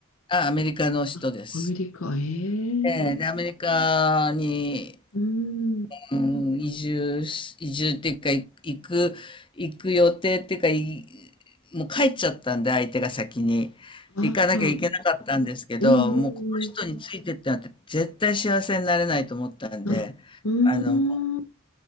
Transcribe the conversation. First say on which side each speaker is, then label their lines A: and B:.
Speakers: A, on the left; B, on the left.
A: た。あ、アメリカの人です。
B: あ、アメリカ、えー、
A: ええ、で、アメリカに
B: うん、
A: うん、移住し、移住っていうか、い行く、行く予定っていうか、いもう帰っちゃったんで、相手が先に。
B: あら、
A: 行かなきゃいけなかったんですけど、
B: えー、
A: もうこの人についてってなって、
B: えー
A: 絶対幸せになれないと思ったんで、
B: あ、うーん、
A: あの、